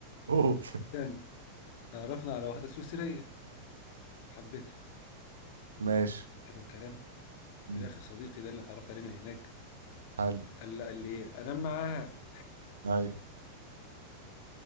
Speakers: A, on the right; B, on the left.
A: قول
B: سنه تعرفنا على واحده سويسريه حبيتها
A: <laughs> ماشي
B: حلو الكلام
A: مم.
B: في الاخر صديقي ده اللي اتعرفت عليه من هناك
A: حلو
B: قال لي قال لي ايه انام معاها
A: ايوه